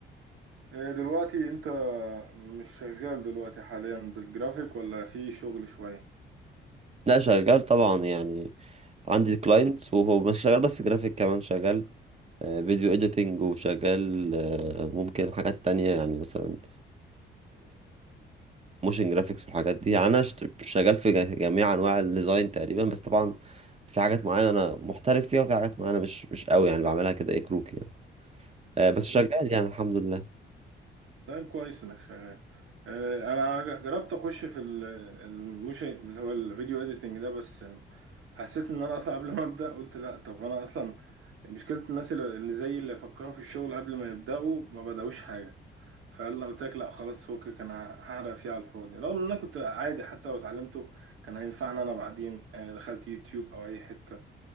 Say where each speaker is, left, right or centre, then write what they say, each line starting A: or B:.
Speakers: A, on the right (about 85°); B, on the right (about 30°).
A: آه، دلوقتي انت مش شغال دلوقتي حاليا بالجرافيك ولا في شغل شوية
B: لا شغال طبعا يعني عندي كلاينتس وهو مش شغال بس جرافيك كمان شغال آه، فيديو اديتنج وشغال آه، ممكن حاجات تانية يعني مثلا موشن جرافيكس والحاجات دي يعني انا شت- شغال في جا- جميع انواع الديزاين تقريبا بس طبعا في حاجات معينة انا محترف فيها وفي حاجات معينة مش مش قوي يعني بعملها كده ايه كروكي يعني آه، بس
A: مم.
B: شغال يعني الحمد لله
A: طيب كويس انك شغال آه، انا جربت اخش في ال- الموشن اللي هو الفيديو اديتنج ده بس حسيت ان انا اصلا قبل ما ابدا قلت لا طب انا اصلا مشكلة الناس اللي اللي زي اللي فكروا في الشغل قبل ما يبداوا ما بداوش حاجة فقال لو قلت لك لا خلاص فكك انا هحرق فيه على الفاضي رغم ان انا كنت عادي حتى لو اتعلمته كان هينفعني انا بعدين آه، دخلت يوتيوب او اي حتة